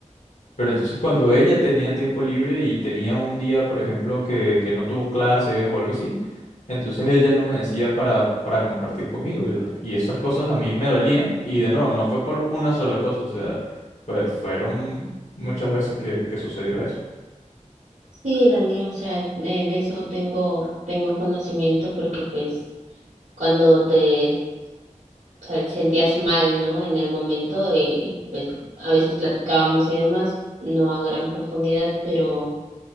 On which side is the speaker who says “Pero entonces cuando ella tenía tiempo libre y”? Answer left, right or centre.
Left